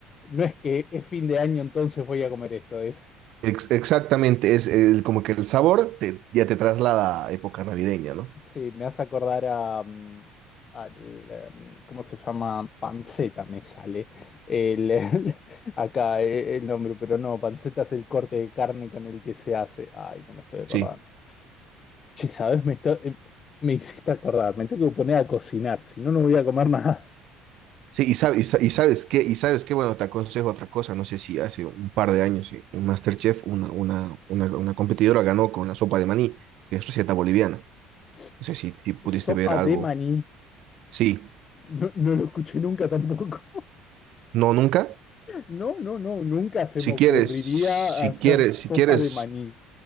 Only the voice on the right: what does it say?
Ex- exactamente, es el- como que el sabor te, ya te traslada a época navideña, ¿no?
Sí.
Sí, y, sab- y sa- y sabes qué, y sabes qué, bueno, te aconsejo otra cosa, no sé si hace un par de años sí, en MasterChef una, una, una, una competidora ganó con la sopa de maní, que es receta boliviana. No
sé si, si pudiste
ver algo.
Sí,
no, nunca.
Si
quieres, si
quieres,
si quieres